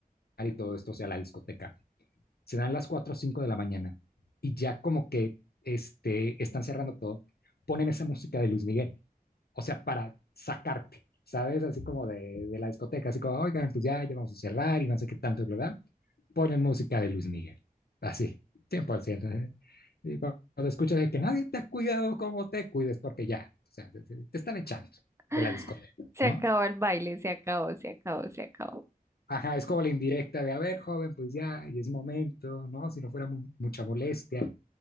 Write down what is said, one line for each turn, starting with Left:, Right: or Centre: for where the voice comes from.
Left: y todo esto, o sea, a la discoteca, se dan las 4 o 5 de la mañana y ya como que este, están cerrando todo, ponen esa música de Luis Miguel o sea, para sacarte, ¿sabes? Así como de, de la discoteca, así como, oigan, pues ya, ya vamos a cerrar y no sé qué tanto, ¿verdad? Ponen música de Luis Miguel, así, 100%. Y cuando escuchas de que nadie te ha cuidado como te cuides, porque ya, o sea, te, te están echando
Right: <laughs>
Left: de la discoteca,
Right: Se
Left: ¿no?
Right: acabó el baile, se acabó, se acabó, se acabó.
Left: Ajá, es como la indirecta de, a ver, joven, pues ya, y es momento, ¿no? Si no fuera mu- mucha molestia,